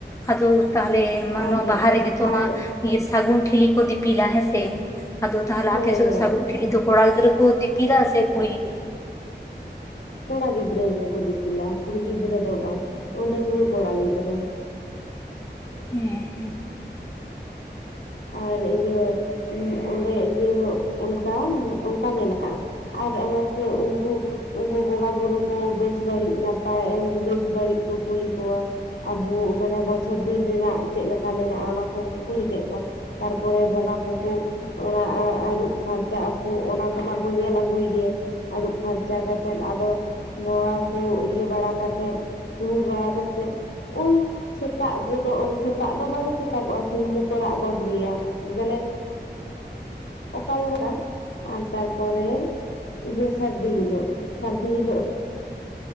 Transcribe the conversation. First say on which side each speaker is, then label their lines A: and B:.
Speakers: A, on the left; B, on the left.
A: ᱟᱫᱚ ᱛᱟᱦᱚᱞᱮ ᱚᱱᱱᱟᱜ
B: ᱟᱨ
A: ᱵᱟᱦᱟ ᱨᱮᱜᱮ ᱛᱚᱢᱟ,
B: ᱟᱨ
A: ᱥᱟᱹᱜᱩᱱ ᱴᱷᱤᱞᱤ ᱠᱚ ᱫᱤᱯᱤᱞᱟ ᱦᱮᱸᱥᱮ ᱟᱫᱚ ᱛᱟᱦᱚᱞᱮ
B: ᱦᱳᱭ
A: ᱟᱯᱮ ᱥᱮᱫ
B: ᱦᱳᱭ
A: ᱥᱟᱹᱜᱩᱱ ᱴᱷᱤᱞᱤ ᱫᱚ ᱠᱚᱲᱟ ᱜᱤᱫᱽᱨᱟᱹ ᱠᱚ ᱫᱤ ᱯᱤᱞᱟ ᱥᱮ ᱠᱩᱲᱤ ᱜᱤᱫᱽᱨᱟᱹ?
B: ᱠᱚᱲᱟ ᱜᱤᱫᱽᱨᱟᱹ ᱜᱮᱠᱚ ᱫᱤᱯᱤᱞᱟ ᱠᱩᱲᱤ ᱜᱤᱫᱽᱨᱟᱹ ᱫᱚ ᱵᱟᱝ ᱚ ᱰᱟᱺᱜᱽᱣᱟᱹ ᱠᱚᱲᱟ ᱜᱤᱫᱽᱨᱟᱹ᱾
A: ᱦᱮᱸ ᱦᱮᱸ᱾
B: ᱟᱨ ᱤᱭᱟᱹ ᱚᱸᱰᱮ ᱤᱭᱟᱹ ᱚᱱᱠᱟ ᱚᱱᱠᱟ ᱢᱮᱱᱟᱜᱼᱟ᱾ ᱟᱨ ᱚᱱᱟ ᱥᱮ ᱩᱱᱠᱩ, ᱩᱝᱠᱩ ᱵᱚᱸᱜᱟ ᱵᱩᱨᱩ ᱠᱩ ᱵᱟᱹᱲᱤᱡ ᱱᱟᱯᱟᱭ ᱵᱮᱥ ᱵᱟᱹᱲᱤᱡ ᱠᱚ ᱠᱩᱞᱤ ᱠᱚᱣᱟ ᱾ ᱟᱵᱚ ᱢᱟᱱᱮ ᱵᱚᱪᱷᱚᱨ ᱫᱤᱱ ᱨᱮᱱᱟᱜ ᱪᱮᱫ ᱞᱮᱠᱟ ᱢᱮᱱᱟᱜᱼᱟ ᱚᱱᱟ ᱠᱚ ᱠᱚ ᱠᱩᱞᱤ ᱠᱮᱫ ᱠᱚ ᱛᱟᱨᱯᱚᱨᱮ ᱵᱚᱸᱜᱟ ᱠᱚᱠᱚ, ᱚᱱᱟ ᱟᱸ ᱟᱹᱨᱩᱵ ᱯᱷᱟᱨᱪᱟ ᱟᱠᱚ ᱚᱱᱟ ᱠᱚᱢᱟ ᱠᱚ ᱧᱮᱞ ᱟᱹᱜᱩᱭ ᱜᱮ, ᱟᱹᱨᱩᱵ ᱯᱷᱟᱨᱪᱟ ᱠᱟᱛᱮᱫ ᱟᱫᱚ ᱱᱚᱣᱟ ᱠᱚ ᱤᱭᱟᱹ ᱵᱟᱲᱟ ᱠᱟᱛᱮᱫ, ᱥᱩᱨ ᱵᱟᱲᱟ ᱠᱟᱛᱮᱫ, ᱳᱭ ᱥᱮᱛᱟᱜ ᱜᱚᱫᱚᱜ ᱥᱮᱛᱟᱜ ᱫᱚ ᱵᱟᱝ ᱥᱮᱛᱟᱜᱚᱜᱼᱟ ᱥᱤᱢ ᱫᱚ ᱠᱚ ᱨᱟᱜ ᱜᱚᱫ, ᱜᱮᱭᱟ ᱢᱟᱱᱮ, ᱚᱠᱟ ᱞᱮᱠᱟ ᱟᱨ ᱛᱟᱨᱯᱚᱨᱮ ᱤᱭᱟᱹ ᱥᱟᱹᱨᱫᱤ ᱦᱤᱞᱳᱜ ᱥᱟᱹᱨᱫᱤ ᱦᱤᱞᱳᱜ,